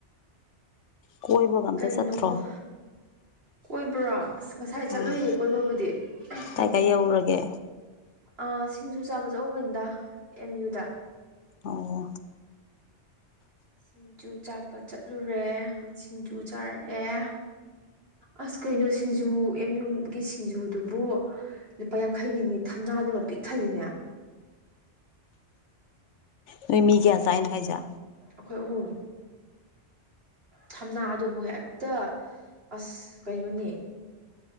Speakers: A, on the left; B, on the right.
A: ꯀꯣꯏꯕꯒ ꯑꯝꯇ
B: ꯀꯩꯅꯣ
A: ꯆꯠꯇ꯭ꯔꯣ
B: ꯀꯣ ꯀꯣꯏꯕ꯭ꯔꯣ ꯑꯁ ꯉꯁꯥꯏ ꯆꯠꯂꯨꯏꯌꯦ
A: ꯑꯥ
B: ꯀꯣꯏꯕꯕꯨꯗꯤ ꯍꯧꯖꯤꯛ
A: ꯀꯥꯏ ꯀꯥꯏ ꯌꯧꯔꯒꯦ
B: ꯑ ꯁꯤꯡꯖꯨ ꯆꯥꯕ ꯆꯧꯕꯅꯤꯗ ꯑꯦꯝ ꯌꯨꯗ
A: ꯑꯣ
B: ꯁꯤꯡꯖꯨ ꯆꯥꯕ ꯆꯠꯂꯨꯔꯦ ꯁꯤꯡꯖꯨ ꯆꯥꯔꯛꯑꯦ ꯑꯁ ꯀꯩꯅꯣ ꯁꯤꯡꯖꯨ ꯑꯦꯝ ꯌꯨꯒꯤ ꯁꯤꯡꯖꯨꯗꯨꯕꯨ ꯂꯨꯄꯥ ꯌꯥꯡꯈꯩꯒꯤꯅꯦ ꯊꯝꯅꯥꯗꯨꯃ ꯄꯤꯛ ꯊꯜꯂꯤꯅꯦ
A: ꯅꯣꯏ ꯃꯤ ꯀꯌꯥ ꯆꯥꯏꯅꯣ ꯍꯥꯏꯖꯦ
B: ꯑꯩꯈꯣꯏ ꯑꯍꯨꯝ ꯊꯝꯅꯥ ꯑꯗꯨꯕꯨ ꯍꯦꯛꯇ ꯑꯁ ꯀꯩꯅꯣꯅꯦ